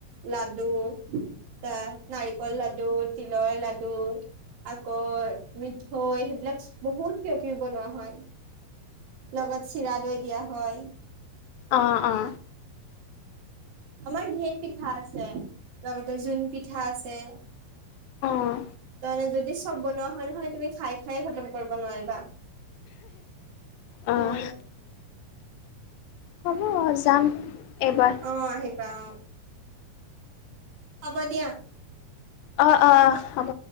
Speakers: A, on the right (about 75°); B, on the left (about 80°).
A: লাডু এ নাৰিকল লাডু তিলৰ লাডু। আকৌ মিঠৈ সেইবিলাক বহুত কিয় কিব বনোৱা হয়। লগত চিৰা দৈ দিয়া হয়।
B: অ' অ'।
A: আমাৰ ঢেৰ পিঠা আছে। লগত‌ বে জোন পিঠা আছে তাৰমানে
B: অঁ
A: যদি চব বনোৱা হয় নহয়। তুমি খাই খাইে খতম কৰিব নোৱাৰিবা
B: অঁ
A: উম
B: হ'ব যাম। এইবাৰ
A: অ আহিবা অ হ'ব দিয়া।
B: অ' অ' হ'ব।